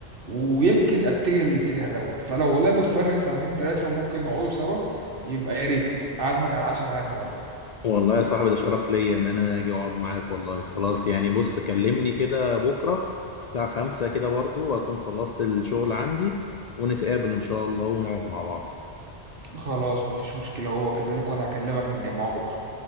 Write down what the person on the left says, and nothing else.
والله يا صاحبي ده شرف ليا ان انا اجي اقعد معاك والله خلاص يعني بص كلمني كده بكره الساعة خمسة كده برضو واكون خلصت الشغل عندي ونتقابل ان شاء الله ونقعد مع بعض